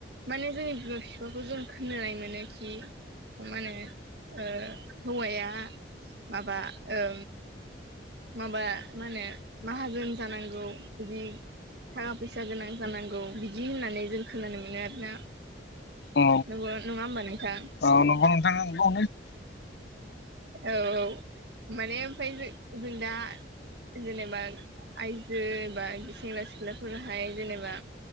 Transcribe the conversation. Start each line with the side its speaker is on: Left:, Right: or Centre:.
Right: माने जोंनि बिमा बिफाखौ जों खोनानाय मोनो खि मा होनो ओ हौवाया माबा ओ माबा मा होनो माहाजोन जानांगौ बिदि थाखा फैसा गोनां जानांगौ बिदि होननानै जों खोनानो मोनो आरोना
Left: औ
Right: <unintelligible> नङा होमबा नोंथां
Left: औ नगौ नोंथां नगौ
Right: औ औ माने ओमफ्राय जों जों दा जेनेबा आइजो एबा सेंग्रा सिख्लाफोराहाय जेनेबा